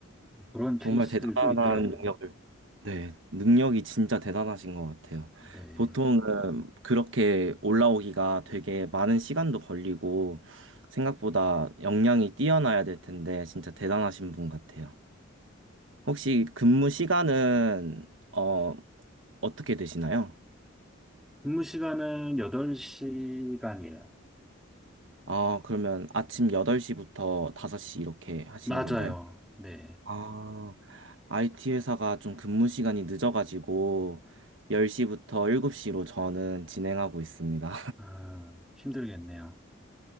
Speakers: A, in the centre; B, on the right (about 65°).
A: 그런 케이스들도
B: 정말 대단한
A: 있더라고요.
B: 능력을, 네, 능력이 진짜 대단하신 것 같아요.
A: 네.
B: 보통은 그렇게 올라오기가 되게 많은 시간도 걸리고, 생각보다 역량이 뛰어나야 될 텐데, 진짜 대단하신 분 같아요. 혹시 근무 시간은, 어, 어떻게 되시나요?
A: 근무 시간은 8시간이에요.
B: 아, 그러면 아침 8시부터 5시 이렇게 하시는
A: 맞아요.
B: 건가요?
A: 네.
B: 아, IT 회사가 좀 근무 시간이 늦어가지고 10시부터 7시로 저는 진행하고 있습니다.
A: 아, 힘들겠네요.